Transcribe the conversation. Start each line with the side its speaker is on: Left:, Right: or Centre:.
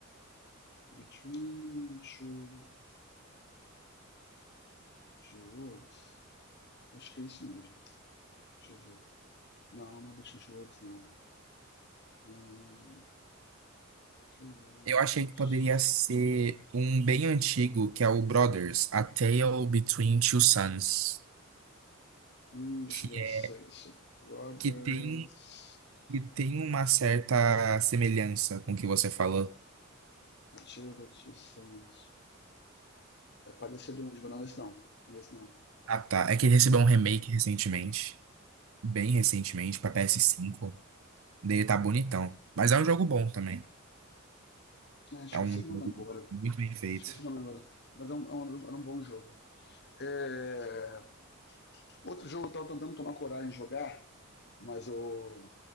Left: Between two, two Worlds. Acho que é isso mesmo. Deixa eu ver. Não, não é Between Two Worlds, não. Hum, two Worlds.
Right: Eu achei que poderia ser um bem antigo, que é o Brothers, A Tale Between Two Sons.
Left: Hum, deixa
Right: Que
Left: eu
Right: é.
Left: ver se é isso. Brothers.
Right: Que tem. Que tem uma certa semelhança com o que você falou.
Left: Artigo do Ortiz Santos. É parecido mesmo, não, esse não. Esse não.
Right: Ah, tá. É que ele recebeu um remake recentemente. Bem recentemente, pra PS5. Dele tá bonitão. Mas é um jogo bom também.
Left: é é, esqueci
Right: É um
Left: o
Right: jogo
Left: nome agora.
Right: muito bem feito.
Left: Esqueci o nome agora. Mas é um, é um- era um bom jogo. É, Outro jogo eu tava tentando tomar coragem de jogar, mas eu